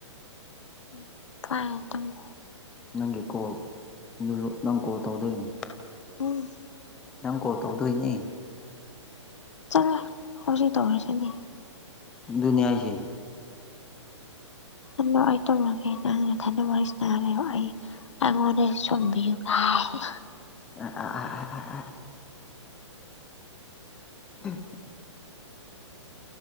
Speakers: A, on the left; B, in the centre.
A: ꯎꯝ ꯄꯥꯏꯔ ꯇꯨꯝꯃꯣ
B: ꯅꯪꯒꯤ ꯀꯣꯜ <unintelligible> ꯅꯪ ꯀꯣꯜ ꯇꯧꯗꯣꯏꯅꯤ
A: ꯎꯝ
B: ꯅꯪ ꯀꯣꯜ ꯇꯧꯗꯣꯏꯅꯦ
A: ꯆꯠꯂꯍꯦ ꯍꯧꯖꯤꯛ ꯇꯧꯔꯁꯤꯗꯤ
B: ꯑꯗꯨꯅꯦ ꯍꯥꯏꯁꯦ
A: ꯑꯗꯣ ꯑꯩ ꯇꯨꯝꯔꯒꯦ ꯅꯪ ꯅꯊꯟꯗ ꯋꯥꯔꯤ ꯁꯥꯅꯔ ꯂꯩꯌꯣ ꯑꯩ ꯑꯉꯣꯟꯅꯦ ꯁꯨꯝꯕꯤꯌꯨ ꯀꯥꯏ
B: ꯑꯥ ꯑꯥ ꯑꯥ ꯑꯥ ꯑꯥ <unintelligible>